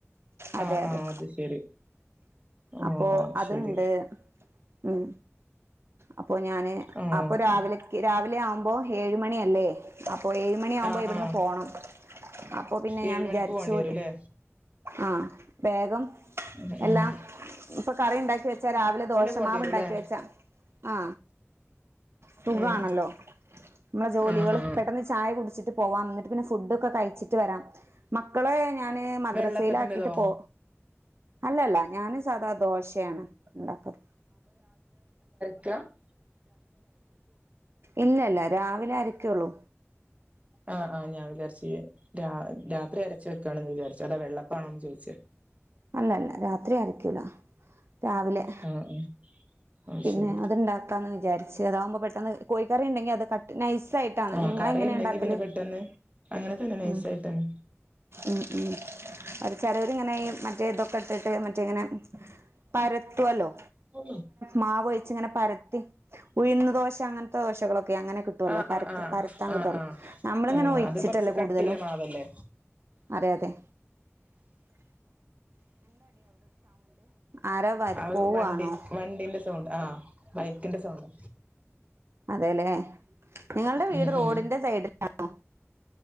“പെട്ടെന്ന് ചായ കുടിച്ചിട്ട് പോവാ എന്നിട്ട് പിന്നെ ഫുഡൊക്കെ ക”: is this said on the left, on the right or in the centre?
Right